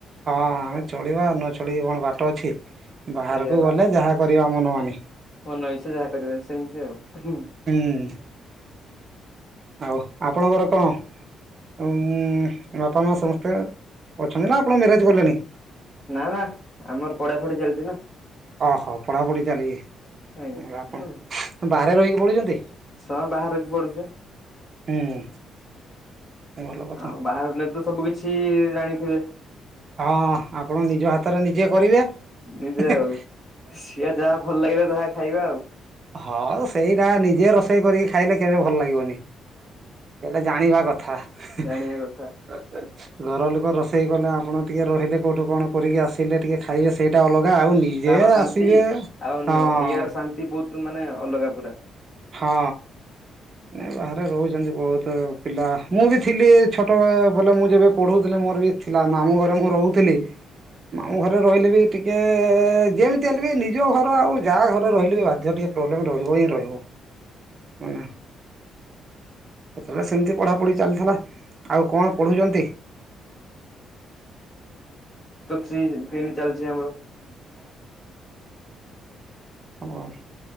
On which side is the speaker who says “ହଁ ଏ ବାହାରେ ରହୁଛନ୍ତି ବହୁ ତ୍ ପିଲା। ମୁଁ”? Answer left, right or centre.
Right